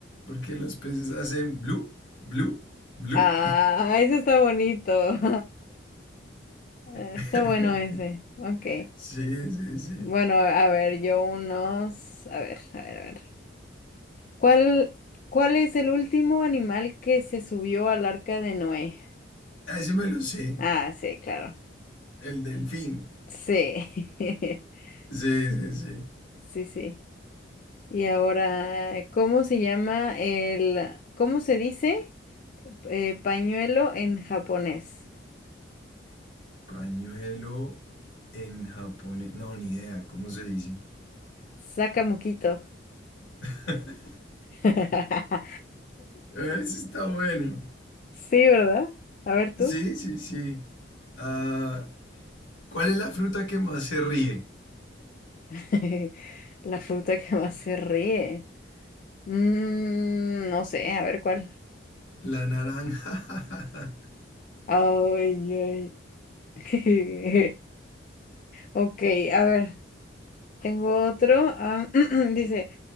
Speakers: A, on the left (about 85°); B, on the left (about 45°).
A: Porque los peces hacen blue, blue, blue.
B: Ah, ese está bonito. <laughs> Eh,
A: <laughs>
B: Está bueno ese. Ok.
A: Sí, sí, sí.
B: Bueno, a ver, yo unos. A ver, a ver, a ver. ¿Cuál, cuál es el último animal que se subió al arca de Noé?
A: Ah, ese me lo sé.
B: Ah, sí, claro.
A: El delfín.
B: Sí. <laughs>
A: Sí,
B: Sí,
A: sí, sí.
B: sí, sí. Y ahora, eh, ¿cómo se llama el, cómo se dice eh, pañuelo en japonés?
A: Pañuelo en japonés. No, ni idea. ¿Cómo se dice?
B: Sakamoquito.
A: <laughs>
B: <laughs>
A: Ese está bueno.
B: Sí, ¿verdad? A ver tú.
A: Sí, sí, sí. Ah, ¿Cuál es la fruta que más se ríe?
B: <laughs> La fruta que más se ríe. Mm, no sé, a ver cuál.
A: La naranja.
B: Ay, ay. <laughs> Ok, a ver, tengo otro. ah, <clears throat> dice.